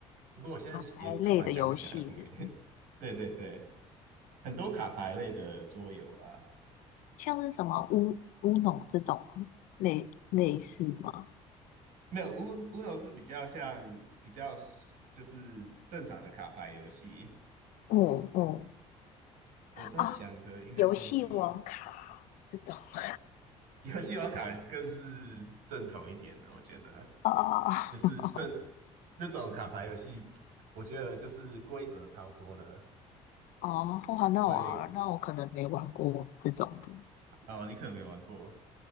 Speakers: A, on the right; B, on the left.
A: 不过我现在也突然想不起来有什么，
B: 打牌类的游戏是
A: <laughs> 对对对，很多卡牌类的桌游啊，
B: 像是什么乌乌龙这种类类似吗？
A: 没有 Un- u 是比较像比较就是正常的卡牌游戏。
B: 嗯嗯
A: 我在想的应该算什么？
B: 啊，游戏王卡这种。<laughs>
A: <laughs> 游戏王卡更是正统一点的，我觉得。
B: 哦哦哦，
A: 就是这那种卡牌游戏，
B: <laughs>
A: 我觉得就是规则超多的，
B: 哦，哇，那我那我可能没玩过这种的，
A: 会 <laughs> 哦，你可能没玩过。